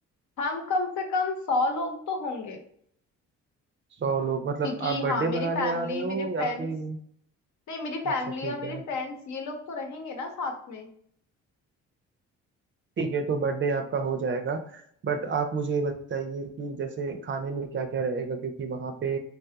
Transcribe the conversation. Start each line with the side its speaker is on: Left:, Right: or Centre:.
Left: हम कम से कम सौ लोग तो होंगे
Right: सौ लोग मतलब
Left: क्योंकि
Right: आप
Left: हाँ
Right: बर्थडे
Left: मेरी
Right: मनाने
Left: फैमिली
Right: आ रहे
Left: मेरे
Right: हो
Left: फ्रेंड्स
Right: या फिर
Left: नहीं मेरी फैमिली
Right: अच्छा ठीक
Left: और मेरे
Right: है
Left: फ्रेंड्स ये लोग तो रहेंगे ना साथ में
Right: ठीक है तो बर्थडे आपका हो जाएगा बट आप मुझे ये बताइए कि जैसे खाने में क्या क्या रहेगा क्योंकि वहाँ पे